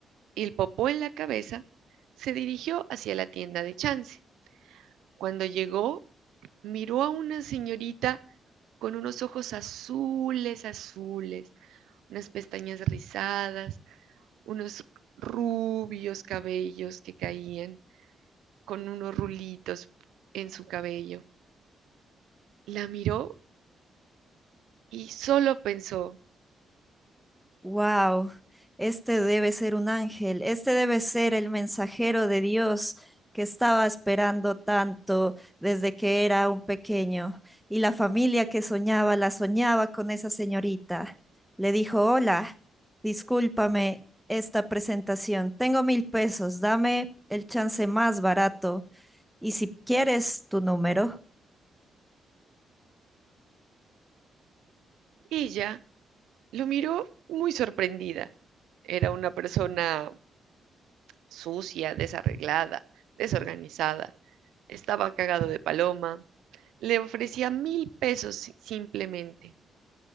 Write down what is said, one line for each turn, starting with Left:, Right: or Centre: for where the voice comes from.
Right: y el popó en la cabeza, se dirigió hacia la tienda de Chance. Cuando llegó, miró a una señorita con unos ojos azules, azules, unas pestañas rizadas, unos rubios cabellos que caían con unos rulitos en su cabello. La miró y solo pensó.
Centre: Wow, este debe ser un ángel, este debe ser el mensajero de Dios que estaba esperando tanto desde que era un pequeño. Y la familia que soñaba, la soñaba con esa señorita. Le dijo, hola, discúlpame esta presentación. Tengo mil pesos, dame el chance más barato. Y si quieres tu número.
Right: Ella lo miró muy sorprendida. Era una persona sucia, desarreglada, desorganizada. Estaba cagado de paloma. Le ofrecía mil pesos si- simplemente.